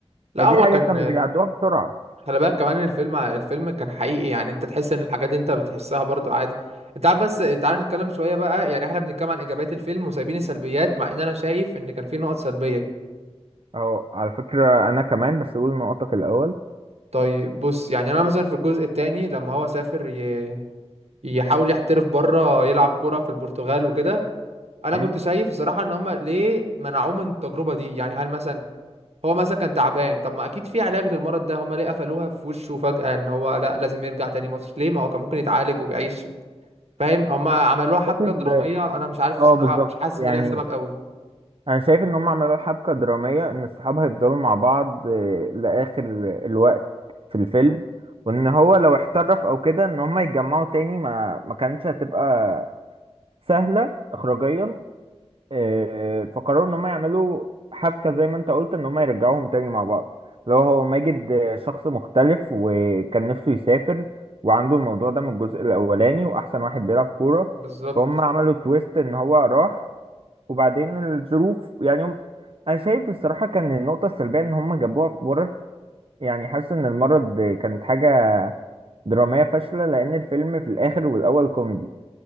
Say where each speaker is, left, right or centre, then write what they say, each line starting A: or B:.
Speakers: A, on the right; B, on the right.
A: لا
B: فدي
A: هو
B: حاجة
A: كان
B: كانوا بيعدوها بسرعة
A: خلي بالك كمان الفيلم الفيلم كان حقيقي يعني انت تحس ان الحاجات دي انت بتحسها برضو عادي انت عارف بس تعال نتكلم شوية بقى يعني احنا بنتكلم عن ايجابيات الفيلم وسايبين السلبيات مع ان انا شايف ان كان في نقط سلبية
B: أو على فكرة أنا كمان بس أقول نقطك الأول
A: طيب بص يعني انا مثلا في الجزء التاني لما هو سافر ي... يحاول يحترف بره يلعب كورة في البرتغال وكده انا
B: يعني
A: كنت شايف الصراحة ان هما ليه منعوه من التجربة دي يعني هل مثلا هو مثلا كان تعبان طب ما اكيد في علاج للمرض ده هما ليه قفلوها في وشه فجأة ان هو لا لازم يرجع تاني مصر ليه ما هو كان ممكن يتعالج ويعيش فاهم هما عملوها حبكة
B: أعتقد
A: درامية انا مش عارف
B: اه
A: بصراحة
B: بالظبط
A: مش حاسس
B: يعني
A: ان ليها سبب قوي
B: انا شايف ان هم عملوا حبكة درامية ان الصحاب هيفضلوا مع بعض آه، لاخر الوقت في الفيلم وان هو لو احترف او كده ان هم يتجمعوا تاني ما ما كانتش هتبقى سهلة اخراجيا آه، فقرروا ان هم يعملوا حبكة زي ما انت قلت ان هم يرجعوهم تاني مع بعض لو هو ماجد آه، شخص مختلف وكان نفسه يسافر وعنده الموضوع ده من الجزء الاولاني واحسن واحد بيلعب كورة
A: بالظبط
B: فهم عملوا تويست ان هو راح وبعدين الظروف يعني هم انا شايف الصراحه كان النقطه السلبيه ان هم جابوها في مرض يعني حاسس ان المرض كانت حاجه دراميه فاشله لان الفيلم في الاخر والاول كوميدي